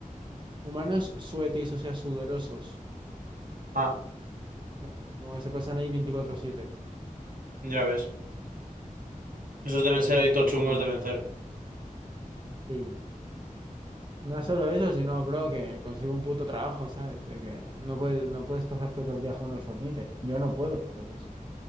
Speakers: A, on the right; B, on the right.
A: Humanos suetis, o sea, sudorosos.
B: Ah,
A: ¿sabes? Como que se pasan ahí 24/7.
B: ya ves. Esos deben
A: Entonces
B: ser ahí
A: eso
B: tochungos
A: tampoco me
B: de vencer.
A: renta. Sí, No es solo eso, sino, bro, que consigo un puto trabajo, ¿sabes? De que no puedes, no puedes pasarte todo el día jugando al Fortnite. Yo no puedo, entonces.